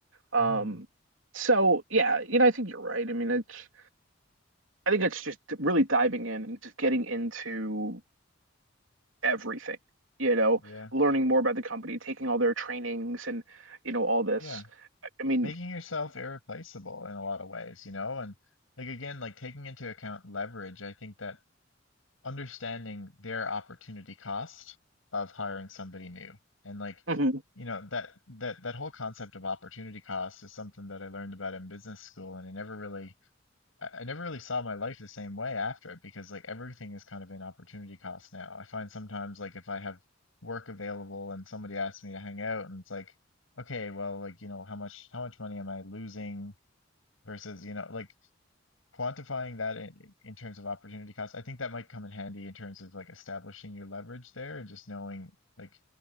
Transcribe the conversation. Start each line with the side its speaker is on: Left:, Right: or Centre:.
Right: Um,
Left: Mhm,
Right: so yeah, you know, I think you're right. I mean, it's I think it's just really diving in and just getting into everything, you know,
Left: yeah,
Right: learning more about the company, taking all their trainings and, you know, all this.
Left: yeah.
Right: I mean,
Left: Making yourself irreplaceable in a lot of ways, you know, and like again, like taking into account leverage, I think that understanding their opportunity cost of hiring somebody new and like,
Right: Mhm,
Left: you know, that that that whole concept of opportunity cost is something that I learned about in business school and I never really I, I never really saw my life the same way after it because like everything is kind of an opportunity cost now. I find sometimes like if I have work available and somebody asks me to hang out and it's like, okay, well, like, you know, how much how much money am I losing versus, you know, like quantifying that in, in terms of opportunity cost. I think that might come in handy in terms of like establishing your leverage there and just knowing like,